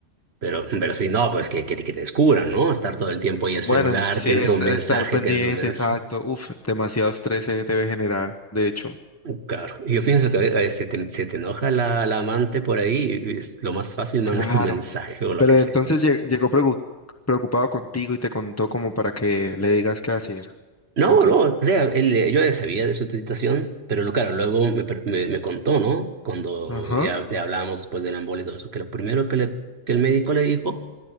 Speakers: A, on the right (about 60°); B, on the left (about 15°).
A: Pero, pero si no, pues que, que, te que te descubran, ¿no? Estar todo el tiempo ahí el celular,
B: Bueno, sí,
A: que entra
B: es,
A: un mensaje,
B: estar pendiente,
A: que entra un mensaje.
B: exacto. Uf, demasiado estrés se debe generar, de hecho.
A: Claro, yo pienso que a veces se te, se te enoja la, la amante por ahí y es lo más fácil mandar
B: Claro.
A: un mensaje o lo
B: Pero
A: que sea.
B: entonces lle- llegó pregu- preocupado contigo y te contó como para que le digas qué hacer.
A: No,
B: Ok.
A: no, o sea, él, yo ya sabía de su situación, pero lo, claro, luego me, per- me, me contó, ¿no? Cuando
B: Ajá.
A: ya le hablábamos después del embole y todo eso, que lo primero que, le, que el médico le dijo